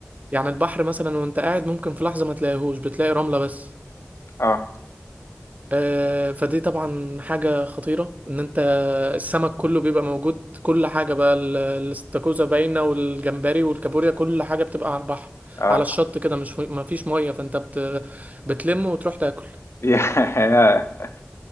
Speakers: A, on the right; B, on the left.
A: يعني البحر مثلا وانت قاعد ممكن في لحظة ما تلاقيهوش بتلاقي رملة بس
B: آه،
A: آه، فدي طبعا حاجة خطيرة ان انت السمك كله بيبقى موجود كل حاجة بقى ال- الاستاكوزا باينة والجمبري والكابوريا كل حاجة بتبقى على البحر
B: آه،
A: على الشط كده مش مفيش مية فانت بت... بتلم وتروح تاكل
B: <laughs> ياه!